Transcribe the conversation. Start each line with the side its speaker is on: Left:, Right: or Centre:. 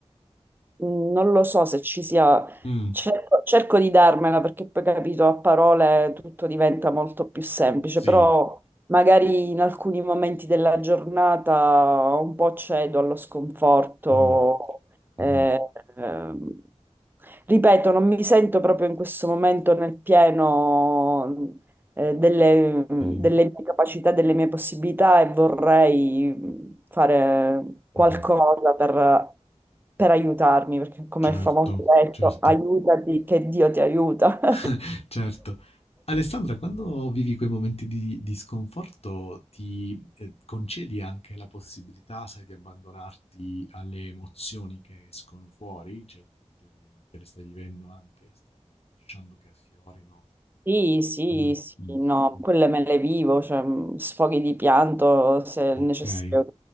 Right: Mm, Non lo so se ci sia,
Left: Mh,
Right: cerco, cerco di darmela perché poi capito, a parole tutto diventa molto più semplice,
Left: sì,
Right: però magari in alcuni momenti della giornata un po' cedo allo sconforto.
Left: mh,
Right: eh,
Left: mh-mh,
Right: ehm, ripeto, non mi sento proprio in questo momento nel pieno, eh, delle, delle
Left: ehm,
Right: mie capacità, delle mie possibilità e vorrei fare qualcosa
Left: mh-mh,
Right: per, per aiutarmi, perché come
Left: certo,
Right: il famoso detto,
Left: certo.
Right: aiutati che Dio ti aiuta. <laughs>
Left: <laughs> Certo. Alessandra, quando vivi quei momenti di, di sconforto, ti eh, concedi anche la possibilità, sai, di abbandonarti alle emozioni che escono fuori, cioè te le, te le stai vivendo anche, stai lasciando che affiorino.
Right: Sì, sì,
Left: Mm,
Right: sì,
Left: mm,
Right: no,
Left: mm.
Right: quelle me le vivo, cioè mh, sfoghi di pianto se
Left: Ok,
Right: è necessario
Left: <laughs>